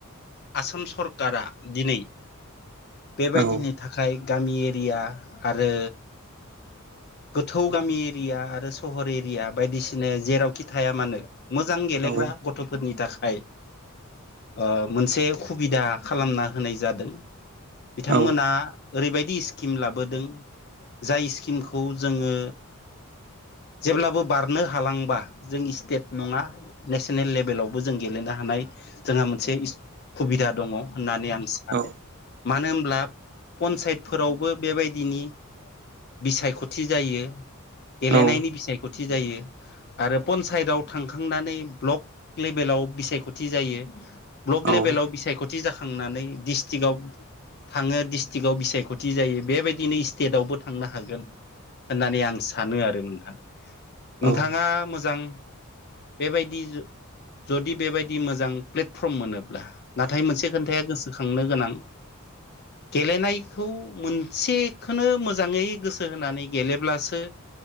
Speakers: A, on the left (about 50°); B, on the right (about 50°).
A: आसाम सरकारा दिनै बेबायदिनि
B: औ
A: थाखाय गामि एरिया आरो गोथौ गामि एरिया आरो सहर एरिया बायदिसिना जेरावखि थाया मानो मोजां गेलेग्रा
B: औ
A: गथ'फोरनि था खाय ओ मोनसे खुबिदा खालामना होनाय जादों। बिथांमोना
B: औ
A: ओरैबायदि स्किम लाबोदों जाय स्किम खौ जोङो
B: <inaudible>
A: जेब्लाबो बारनो हालांबा जों स्टेट नङा नेसनेल लेभेलावबो जों गेलेनो हानाय जोंहा मोनसे खुबिदा दङ होननानै आं सानो।
B: औ
A: मानो होनब्ला पन्सायतफोरावबो बेबायदिनि बिसायख' थि जायो गेलेनायनि
B: औ
A: बिसायखथि थि जायो आरो पन्सायताव थांखांनानै ब्लक लेभेलाव बिसायख'थि जायो। ब्लक
B: औ
A: लेभेलाव बिसायख'थि जाखांनानै डिस्ट्रिक्टआव थाङो डिस्ट्रिक्टआव बिसायख'थि जायो बेबायदिनो स्टेटआवबो थांनो हागोन। होननानै आं सानो आरो नोंथां। नोंथाङा
B: औ
A: मोजां बेबायदि जु जुदि बेबायदि मोजां प्लेटफर्म मोनोब्ला नाथाय मोनसे खोन्थाया गोसोखां खांनो गोनां गेलेनायखौ मोनसेखोनो मोजाङै गोस सो होनानै गेलेब्लासो